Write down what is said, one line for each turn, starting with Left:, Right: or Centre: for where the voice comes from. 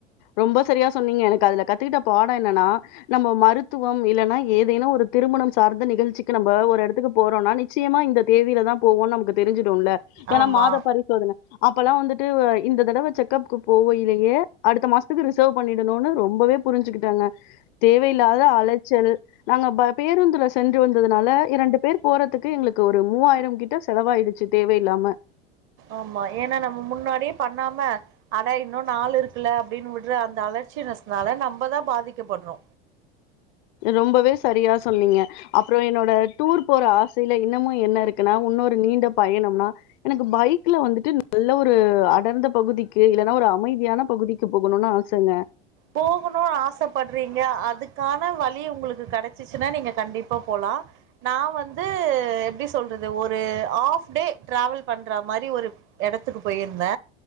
Left: ரொம்ப செரியா சொன்னீங்க எனக்கு அதுல கத்துட்ட பாடோ என்னென்னா நம்ம மருத்துவம் இல்லன்னா ஏதேனு ஒரு திருமணம் சார்ந்த நிகழ்ச்சிக்கு நம்ம ஒரு எடத்துக்கு போறோனா நிச்சயமா இந்த தேதில தா போவோன்னு நமக்கு தெரிஞ்சிடுல ஏன்னா
Right: ஆமா
Left: மாத பரி போதுங்க அப்பெல்லா வந்துட்டு இந்த தடவ செக் அப்க்கு போவ இலயே அடுத்த மாசத்துக்கு ரிசர்வ் பண்ணிடனு ரொம்பவே புரிஞ்சுக்கிட்டாங்க தேவையில்லாத அல ச்சல் நாங்க ப பேருந்துல சென்று வந்ததுனால இரண்டு பேர் போறதுக்கு எங்களுக்கு ஒரு மூவாயிரம் கிட்ட செலவாயிடுச்சு தேவையில்லாம
Right: ஆமா ஏன்னா நம்ம முன்னாடியே பண்ணாம ஆனா இன்னு நாள் இருக்குல அப்டின்னு விட்டுற அந்த அலச்சியஸ்னால நம்ம தா பாதிக்கப்பட்றோ
Left: ரொம்பவே சரியா சொன்னீங்க அப்புறோ என்னோட டூர் போற ஆசைல இன்னமு என்ன இருக் குனா இன்னொரு நீண்ட பயணம்னா எனக்கு பைக்ல வந்துட்டு நல்ல ஒரு அடர்ந்த பகுதிக்கு இல்லன்னா ஒரு அமைதியான பகுதிக்கு போகணுனா ஆ சங்க
Right: போகணுனு ஆசப்படுறீங்க அதுக்கான வழி உங்களுக்கு கடைச் ச்சுன்னா நீங்க கண்டிப்பா போலா நா வந்து எப்படி சொல்றது ஒரு ஆப் டே டிராவல் பண்ற மாரி ஒரு எடத்துக்கு போயிருந்த‌